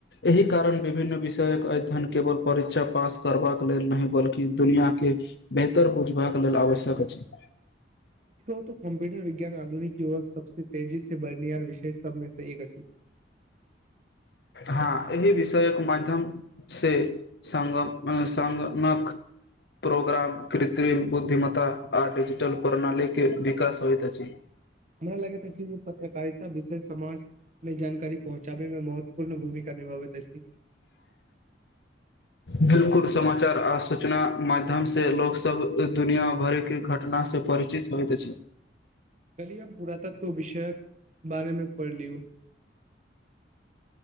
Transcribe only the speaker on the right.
सच कह त कम्प्यूटर विज्ञान आधुनिक। यक सबसँ तेजी से बर्निियार विषय सबमे से एका। <unintelligible>
हमरा लगे पत्रकारिता विषयष समाज मे जानकारी पहुँचाबे मे महत्व पूर्ण भूमिका निभव त छी।
कली अ पुरातत्व विषयक बारेमे पढ़ लियौ।